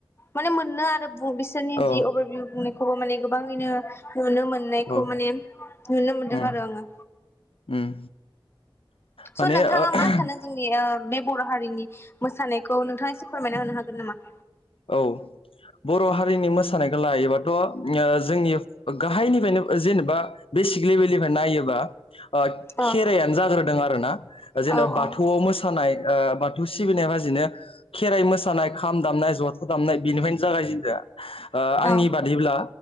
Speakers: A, on the left; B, on the left.
A: माने मोननो आरो बु बिसोरनि
B: औ
A: जि अभारभिउ बुंनाय खौबो माने गोबाङैनो नुनो मोननायखौ
B: औ
A: माने नुनो मोनदों
B: उम
A: आरो आङो
B: उम माने
A: स' नोंथाङा
B: ओ
A: मा सानो जोंनि ओ बे बर' हारिनि मोसानायखौ नोंथाङा एसे फोरमायना होनो हागोन नामा
B: औ बर' हारिनि मोसानायखौ लायोबाथ' ओ जोंनि गाहायनिफ्रायनो जेनेबा बेसिक लेभेलनिफाय नायोबा ओ
A: औ
B: खेराइयानो जाग्रोदों आरो ना ओ जेनबा
A: औ औ
B: बाथौआव मोसानाय ओ बाथौ सिबिनाया बाजिनो खेराइ मोसानाय खाम दामनाय ज था दामनाय बेनिफायनो जागायजेन ओ आंनि
A: औ
B: बादिब्ला